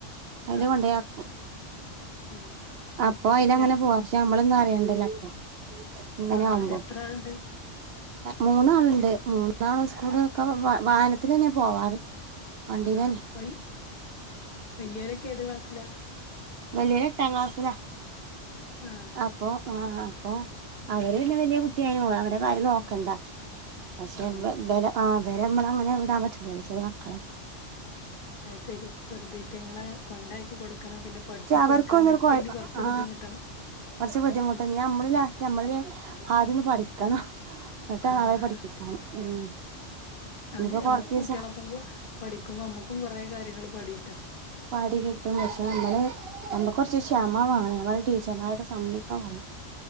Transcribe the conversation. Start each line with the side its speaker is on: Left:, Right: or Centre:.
Right: അതില്
Left: ആഹ്
Right: കൊണ്ടയാക്കും
Left: ആഹ്
Right: അപ്പൊ അയില് അങ്ങനെ
Left: എ
Right: പോവാ നമ്മളൊന്നും അറിയണ്ടലോ അപ്പൊ ഇങ്ങനെ
Left: ആഹ്
Right: ആവുമ്പോ.
Left: എത്ര ആളുണ്ട്
Right: മൂന്നാളുണ്ട് മൂന്നാള് സ്കൂള് ഒക്കെ വാഹനത്തിലന്നെ പോവാറ്. വണ്ടിയിലന്നെ
Left: ആഹ വ വല്യോ രൊക്കെ ഏത് ക്ലാസ്സില.
Right: വല്യോല് എട്ടാം ക്ലാസ്സിലാ.
Left: ആ.
Right: അപ്പൊ ആ അപ്പൊ അവര് പിന്നെ വലയ കുട്ടിയായ പോ അവരെ കാര്യം നോക്ക. ക്കണ്ടാ പക്ഷെ
Left: ആഹ്
Right: വ ആ വരെ മ്മള അങ്ങനെ വിടൻ പറ്റൂ.
Left: അത് ശരി ചെറുതീറ്റങ്ങളെ കൊണ്ടാക്കി കൊടു ണം പിന്നെ പഠിപ്പിച്
Right: പക്ഷെ അവർക്കൊന്നൊരു
Left: കൊടുക്കാനും ഒക്കെ
Right: കൊ
Left: കുറച്ച്
Right: ആ
Left: ബുദ്ധിമുട്ടണം.
Right: കുറച്ച് ബുദ്ധിമുട്ട നമ്മള് ലാസ്റ്റ് നമ്മള് ആദ്യംഒന്ന് പഠിക്കണം. എന്നിട്ടാണ്
Left: ആഹ്
Right: അവരെ പഠിപ്പിക്കണ് ഉം.
Left: അത്
Right: ഇനിയിപ്പോ
Left: ശരിയാ
Right: കൊറച്ച്
Left: നമ്മക്ക് കുട്ട്യോളോപ്പം
Right: ദിവസം
Left: പഠിക്കുമ്പോ അമ്മക്കും കുറേ കാര്യങ്ങള് പഠിട്ടാ.
Right: പാഠി കിട്ടും പക്ഷെ ഞമ്മള് ഞമ്മക്ക് കൊറച്ച് ക്ഷമവാണം ഞാൻ പറയും ടീച്ചർമാരൊക്കെ സമ്മതിക്കണം പറയും